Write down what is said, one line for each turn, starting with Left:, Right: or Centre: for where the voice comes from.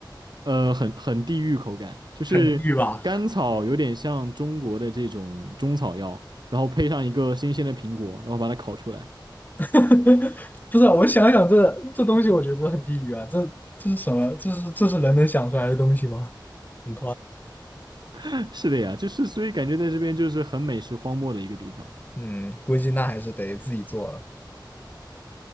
Right: 呃，很很地域口感，就是甘草有点像中国的这种中草药，
Left: 很地狱吧？
Right: 然后配上一个新鲜的苹果，然后把它烤出来。
Left: <laughs> 不是啊，我想想这这东西，我觉得很地狱啊！这这是什么？这是这是人能想出来的东西吗？很
Right: <laughs> 是的呀，就是所以感觉在这边就是很美食荒漠的一个地方。
Left: 嗯，估计那还是得自己做了。